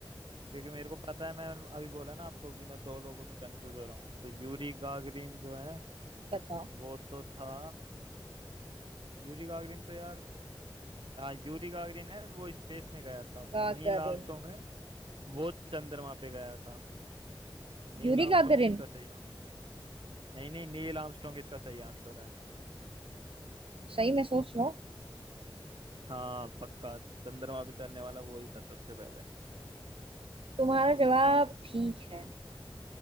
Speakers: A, on the right (about 65°); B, on the right (about 80°).
A: क्योंकि मेरे को पता है मैं अभी बोला ना आपको कि मैं दो लोगों में कंफ्यूज हो रहा हूँ तो यूरी गागरिन जो है
B: बताओ
A: वो तो था यूरी गागरिन तो यार हाँ यूरी गागरिन है वो स्पेस में गया था तो
B: गागरिन
A: नील आर्मस्ट्रॉन्ग है वो चंद्रमा पे गया था नील
B: यूरी
A: आर्मस्ट्रॉन्ग
B: गागरिन
A: इसका सही आ- नहीं नहीं नील आर्मस्ट्रॉन्ग इसका सही आंसर है
B: सही मैं सोच रहा हूँ
A: हाँ पक्का चंद्रमा पे चलने वाला वो ही था सबसे पहले
B: तुम्हारा जवाब ठीक है